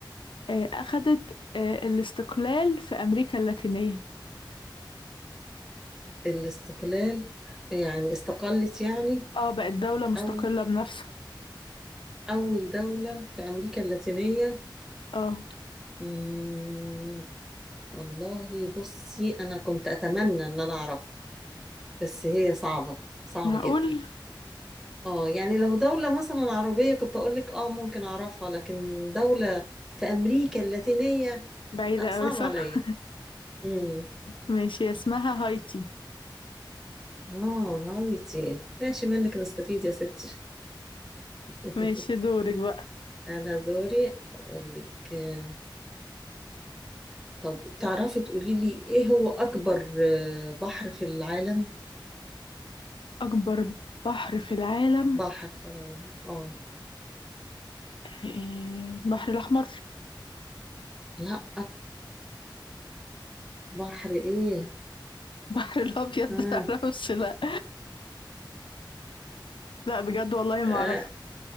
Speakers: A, on the left; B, in the centre.
A: آه أخدت آه الاستقلال في أمريكا اللاتينية
B: الاستقلال يعني استقلت يعني
A: اه بقت دولة مستقلة
B: أو
A: بنفسها
B: أول دولة في أمريكا اللاتينية
A: اه
B: مم، والله بصي انا كنت اتمنى ان انا اعرفها بس هي صعبة صعبة
A: معقول
B: جدا اه يعني لو دولة مثلا عربية كنت اقول لك اه ممكن اعرفها لكن دولة في امريكا اللاتينية
A: بعيدة
B: لا صعب
A: أوي صح
B: عليا امم
A: <laughs> ماشي اسمها هايتي
B: اه هايتي ماشي منك نستفيد يا ستي <laughs>
A: ماشي دورك بقى
B: انا دوري اقول لك آه، طب تعرفي تقولي لي ايه هو اكبر آه، بحر في العالم
A: أكبر بحر في العالم
B: بحر في العالم اه
A: إيه، البحر الأحمر
B: لا بحر ايه
A: البحر الأبيض
B: آه.
A: <laughs> معرفش لأ لأ بجد والله ما
B: آه،
A: أعرف